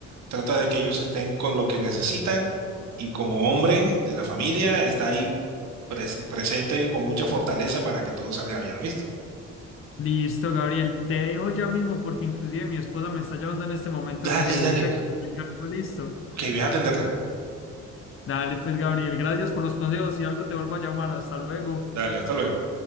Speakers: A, on the right; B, on the left.
A: trata de que ellos estén con lo que necesitan y como hombre de la familia está ahí pres- presente con mucha fortaleza para que todo salga bien, ¿oíste?
B: Listo, Gabriel, te dejo ya mismo porque inclusive mi esposa me está llamando en este momento
A: Dale,
B: que necesita
A: dale.
B: que le traiga algo listo.
A: Ok, voy a atenderla.
B: Dale, pues, Gabriel, gracias por los consejos. Si algo te vuelvo a llamar, hasta luego.
A: Dale, hasta luego.